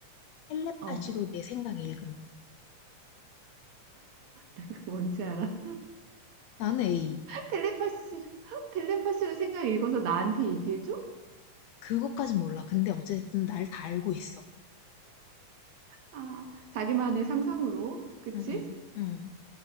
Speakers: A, on the left (about 75°); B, on the right (about 70°).
A: 텔레파시로
B: 어.
A: 내 생각 읽음.
B: 이거 뭔지 알아?
A: 나는 A.
B: 텔레파시, <laughs> 텔레파시로 생각 읽어서 나한테 얘기해줘?
A: 그것까진 몰라. 근데 어쨌든 날 다 알고 있어.
B: 아, 자기만의 상상으로. 그치?
A: 응, 응, 응.